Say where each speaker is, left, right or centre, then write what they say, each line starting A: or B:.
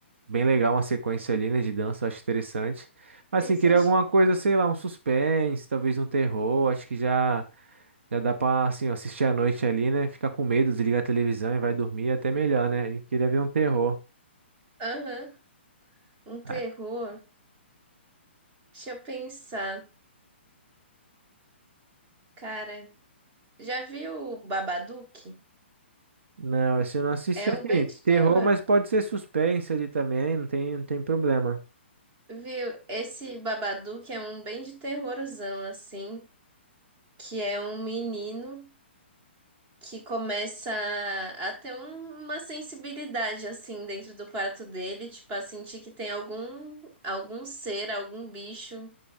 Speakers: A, on the right; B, on the right.
A: bem legal, uma sequência ali, né, de dança, eu acho interessante. Assim,
B: Esse
A: queria
B: acho
A: alguma
B: que...
A: coisa, sei lá, um suspense, talvez um terror, acho que já, já dá pra, assim, ó, assistir à noite ali, né, ficar com medo, desligar a televisão e vai dormir, é até melhor, né, e queria ver um terror.
B: Aham, um terror.
A: Ah,
B: Deixa eu pensar. Cara, já viu o Babadook?
A: Não, assim, eu não assisti,
B: É
A: assim,
B: um bem de terror.
A: terror, mas pode ser suspense ali também, não tem, não tem problema.
B: Viu? Esse Babadook é um bem de terrorzão, assim, que é um menino que começa a ter um- uma sensibilidade, assim, dentro do quarto dele, tipo, a sentir que tem algum, algum ser, algum bicho